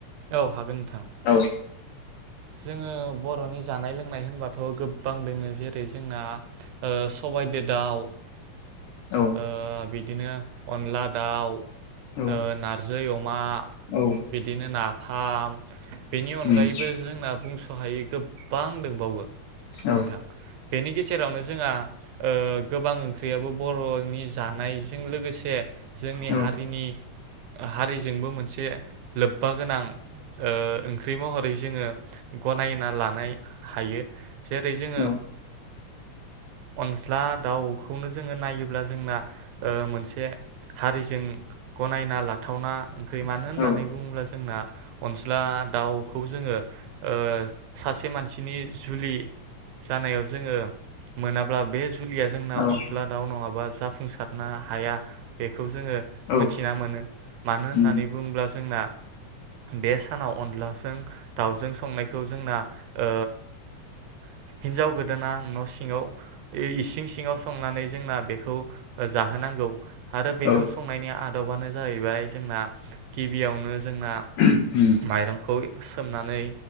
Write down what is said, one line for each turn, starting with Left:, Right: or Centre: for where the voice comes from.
Right: औ हागोन नोंथां।
Left: औ
Right: जोङो बरनि जानाय लोंनाय होनबाथ गोबां दोङो जेरै जोंना ओ सबायाइदो दाउ
Left: औ
Right: ओ बिदिनो अनला दाउ ओ
Left: औ
Right: नारजि अमा
Left: औ
Right: बिदिनो ना फाम बेनि अनगायैबो
Left: उम
Right: जों ओ बुंस हायो गो बां दंबावो
Left: औ
Right: नोंथां। बेनि सेरावनो जोंहा ओ गोबां ओंख्रियाबो बर नि जानायजों लोगोसे जोंनि
Left: औ
Right: हारिनि हारिजोंबो मोनसे लोब्बा गोनां ओ ओंख्रि महरै जोङो गनायना लानाय हायो जेरै जोङो
Left: औ
Right: अनज्ला दाउखौनो जोङो नायो अब्ला जोंना ओ मोनसे हारिजों गनायना लाथावना ओंख्रि मानो
Left: औ
Right: होननानै बुङोब्ला जोंना अनस्ला दाउखौ जोङो ओ सासे मानसिनि जुलि जानायाव जोङो मोनाब्ला बे जुलिया जोंना
Left: औ
Right: अनस्ला दाउ नङाबा जा जाफुंसारनो हाया बेखौ जोङो
Left: औ
Right: मिथिना मोनो मानो होननानै
Left: उम
Right: बुङोब्ला जोंना बे सानाव अनलाजों दाउजों संनायखौ जोंना ओ हिनजाव गोदोना न सिङाव बे इसिं सिङाव संनानै जोंना बेखौ जाहोनांगौ। आरो बेखौ
Left: औ
Right: संनायनि आद बानो जाहैबाय जोंना गिबियावनो जोंना
Left: उम
Right: माइरंखौ सोमनानै